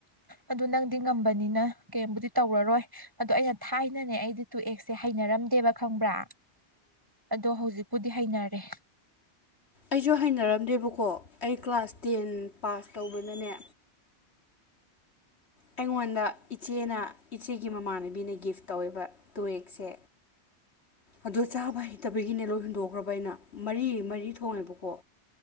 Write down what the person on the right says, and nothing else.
ꯑꯗꯨ ꯅꯪꯗꯤ ꯉꯝꯕꯅꯤꯅ ꯀ꯭ꯌꯦꯝꯕꯨꯗꯤ ꯇꯧꯔꯔꯣꯏ ꯑꯗꯨ ꯑꯩꯅ ꯊꯥꯏꯅꯅꯦ ꯑꯩꯗꯤ ꯇꯨ ꯑꯦꯛꯁꯁꯦ ꯍꯩꯅꯔꯝꯗꯦꯕ ꯈꯪꯕ꯭ꯔꯥ ꯑꯗꯣ ꯍꯧꯖꯤꯛꯄꯨꯗꯤ ꯍꯩꯅꯔꯦ